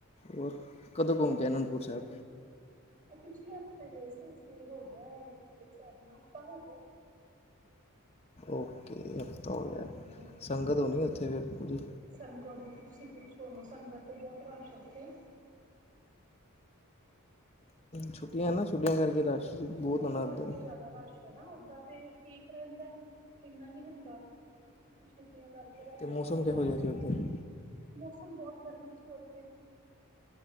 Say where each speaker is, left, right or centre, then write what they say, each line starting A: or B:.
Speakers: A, on the left; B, on the right.
A: ਹੋਰ ਕਦੋਂ ਘੁੰਮ ਕੇ ਆਏ ਅਨੰਦਪੁਰ ਸਾਹਿਬ
B: ਇਹ ਪਿਛਲੇ ਹਫ਼ਤੇ ਗਏ ਸੀ ਅਸੀਂ ਹੋ ਗਿਆ ਹਿਸਾਬ ਨਾਲ ਹਫ਼ਤਾ ਹੋ ਗਿਆ।
A: ਓਕੇ ਹਫ਼ਤਾ ਹੋ ਗਿਆ
B: ਹਮ,
A: ਸੰਗਤ ਹੋਨੀ ਉੱਥੇ ਫੇਰ ਪੂਰੀ।
B: ਸੰਗਤ ਦੀ ਤੇ ਤੁਸੀਂ ਪੁੱਛੋ ਨਾ ਸੰਗਤ ਤੇ ਬੋਤ ਰਸ਼ ਉੱਥੇ।
A: ਛੁੱਟੀਆਂ ਨਾ ਛੁੱਟੀਆਂ ਕਰਕੇ ਰਸ਼ ਬਹੁਤ
B: ਛੁਟੀਆਂ
A: ਹੋਣਾ ਉੱਧਰ
B: ਕਰਕੇ ਜੈਦਾ ਰਸ਼ ਹਨਾ ਓਦਾਂ ਤੇ ਠੀਕ ਰਹਿੰਦਾ, ਇਨਾ ਨੀ ਹੁੰਦਾ। ਛੁੱਟੀਆਂ ਕਰਕੇ ਤੁਹਾਨੂੰ
A: ਅਤੇ
B: ਪਤਾ
A: ਮੌਸਮ
B: ਕਿ
A: ਕਿਹੋ
B: ਰਸ਼
A: ਜਿਹਾ ਸੀ
B: ਤੇ
A: ਉੱਧਰ
B: ਹੁਣ ਮੌਸਮ ਬਹੁਤ ਗਰਮੀ ਸੀ ਉੱਥੇ।